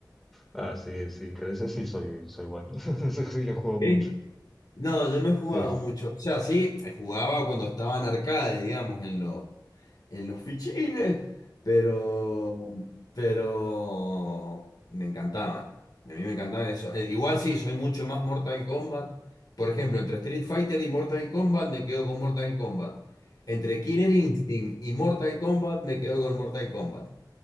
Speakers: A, in the centre; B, on the left (about 60°).
A: Ah, sí, sí, pero ese sí soy, soy bueno, <laughs> ese sí le juego mucho.
B: ¿Sí? No, yo no he jugado
A: Sí, sí,
B: mucho. O sea, sí, jugaba cuando estaba en arcade, digamos, en los, en los fichines, pero, pero me encantaban. A mí me encantaban eso. Eh, Igual sí, soy mucho más Mortal Kombat. Por ejemplo, entre Street Fighter y Mortal Kombat me quedo con Mortal Kombat. Entre Killer Instinct y Mortal Kombat me quedo con Mortal Kombat.